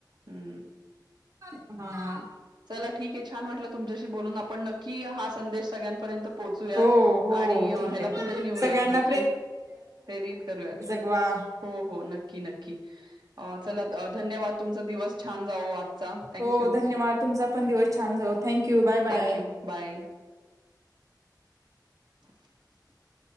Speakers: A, on the right (about 75°); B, on the right (about 45°).
A: हम्म
B: हा
A: चला ठीक आहे छान वाटलं तुमच्याशी बोलून आपण नक्की हा संदेश सगळ्यां पर्यंत पोहोचूयात
B: हो हो
A: आणि ह्याला
B: ठीक आहे
A: पुढे नेऊयात
B: सगळ्यांना
A: नक्की प्रेरित करूयात
B: वा
A: हो हो नक्की नक्की चला धन्यवाद तुमचा दिवस छान जाव आजचा थँक
B: हो
A: यू
B: धन्यवाद तुमचा पण दिवस छान जाऊो thank you bye
A: thank you
B: bye
A: bye <inaudible>